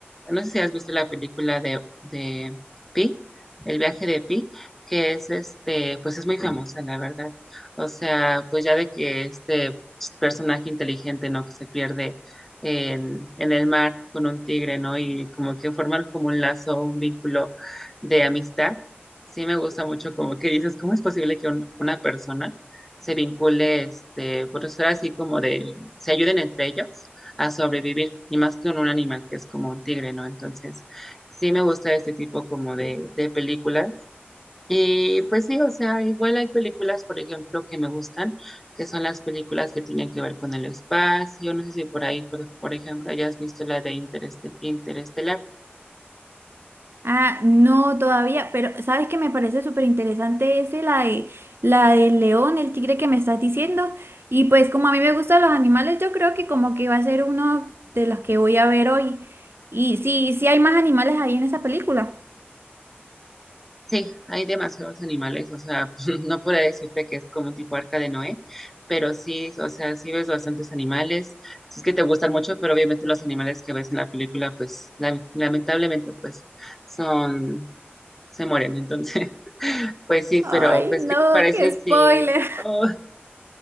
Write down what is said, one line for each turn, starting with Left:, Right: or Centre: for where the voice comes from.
Centre: no sé si has visto la película de, de Pi, El viaje de Pi, que es este, pues es muy famosa, la verdad, o sea, pues ya de que este personaje inteligente, ¿no? Que se pierde en, en el mar con un tigre, ¿no? Y como que forman como un lazo, un vínculo de amistad sí me gusta mucho como que dices, ¿cómo es posible que un- una persona se vincule, este, por ser así como de, se ayuden entre ellos a sobrevivir, y más con un animal que es como un tigre, ¿no? Entonces, sí me gusta este tipo como de, de películas. Y pues sí, o sea, igual hay películas, por ejemplo, que me gustan, que son las películas que tienen que ver con el espacio. No sé si por ahí, por, por ejemplo, hayas visto la de Interest, Interestelar.
Right: Ah, no, todavía, pero ¿sabes qué me parece súper interesante ese, la de, la del león, el tigre que me estás diciendo? Y pues como a mí me gustan los animales, yo creo que como que va a ser uno de los que voy a ver hoy. Y sí, sí hay más animales ahí en esa película.
Centre: Sí, hay demasiados animales, o sea, <laughs> no puedo decirte que es como un tipo arca de Noé, pero sí, o sea, sí ves bastantes animales, si es que te gustan mucho, pero obviamente los animales que ves en la película, pues la- lamentablemente, pues son, se mueren, entonces, <laughs> pues sí,
Right: Ay,
Centre: pero pues,
Right: no,
Centre: ¿qué te parece
Right: qué
Centre: si,
Right: spoiler,
Centre: oh,